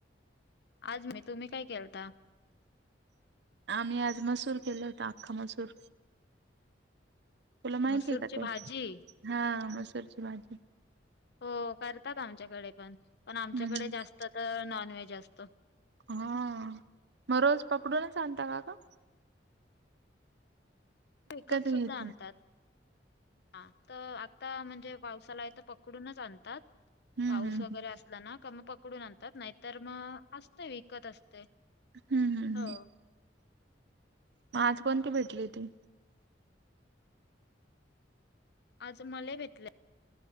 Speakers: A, on the left; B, on the right.
A: आज मी तुम्ही काय केलता?
B: आम्ही आज मसूर केल होता, अख्खा मसूर. तुला माहिती
A: मसूरची
B: आहे का
A: भाजी.
B: हा, मसूरची भाजी.
A: हो करतात आमच्याकडे पण. पण आमच्याकडे
B: हम्म
A: जास्त तर नॉन व्हेज असत.
B: हा मग रोज पकडूूनच आणता का का?
A: विकत सुद्धा
B: घ्यायचे
A: आणतात. अ त आता म्हणजे पावसाला आहे तर पकडूनच आणतात.
B: हम्म
A: पाऊस
B: हम्म
A: वगैरे
B: हम्म
A: असला ना का मग पकडून आणतात. नाहीतर मग असते विकत असते.
B: हम्म हम्म हम्म
A: हो.
B: मग आज पण ती भेटली होती.
A: आज मले भेतले.